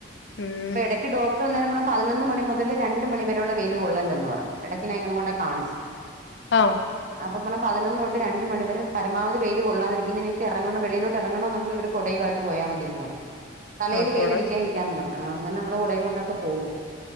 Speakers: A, on the left; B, on the right.
A: ഉം
B: അപ്പൊ എട ഡോക്ടർ വന്നേരം പതിനൊന്ന് മണി മുതല് രണ്ട് മണിവരെയള്ള വെയില് കൊള്ളല്ലെന്ന് പറഞ്ഞു എടക്ക് ഞാൻ ഇങ്ങനെ കൊണ്ടാ കാണിച്ച്
A: ട്ടാഹോ
B: അപ്പൊ പറഞ്ഞ് പതിനൊന്ന് തൊട്ട് മണി തൊട്ട് രണ്ട മണിവരെ പരമാവധി വെയില് കൊള്ളാതിരിക്ക ഇനി നിങ്ങക്ക് ഇറങ്ങണ വെളിോട്ട ഇറങ്ങണോ എന്നുള്ള ഒരു കൊടയുവായിട്ട് പോയാ മതിയെന്ന് പറഞ്ഞു തലയില്
A: ആഹ് കൊട
B: വെയിലടിക്കാതിരിക്കന്ന് പറഞ്ഞു അങ്ങനെ നമ്മള് കുടയും കൊണ്ടൊക്കെ പോകോ